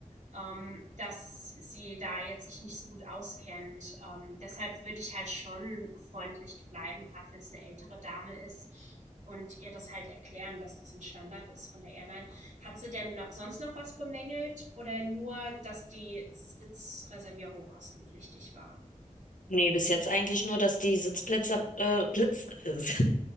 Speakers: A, on the right; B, on the left.
A: ähm, dass sie da jetzt sich nicht so gut auskennt. Ähm, deshalb würde ich halt schon freundlich bleiben, gerade wenn es eine ältere Dame ist und ihr das halt erklären, dass das ein Standard ist von der Airline. Hat sie denn noch, sonst noch was bemängelt oder nur, dass die Sitzreservierung kostenpflichtig war?
B: Nee, bis jetzt eigentlich nur, dass die Sitzplätze, äh, Blitz, <laughs>